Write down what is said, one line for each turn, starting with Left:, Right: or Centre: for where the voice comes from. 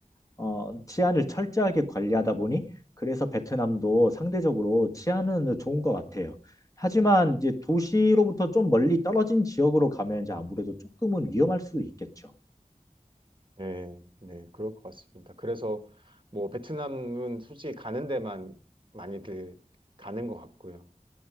Left: 어, 치안을 철저하게 관리하다 보니, 그래서 베트남도 상대적으로 치안은 좋은 것 같아요. 하지만 이제 도시로부터 좀 멀리 떨어진 지역으로 가면 이제 아무래도 조금은 위험할 수 있겠죠.
Right: 네, 네, 그럴 것 같습니다. 그래서 뭐 베트남은 솔직히 가는 데만 많이들 가는 것 같고요.